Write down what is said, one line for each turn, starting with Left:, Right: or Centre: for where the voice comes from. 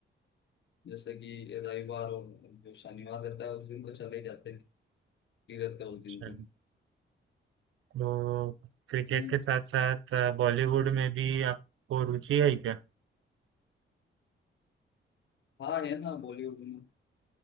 Left: जैसे कि रविवार और जो शनिवार रहता है उस दिन तो चले ही जाते हैं फ्री रहते हैं
Right: अच्छा
Left: उस दिन तो
Right: तो क्रिकेट
Left: हम्म,
Right: के साथ साथ बॉलीवुड में भी आपको रुचि है क्या
Left: हाँ है ना बॉलीवुड में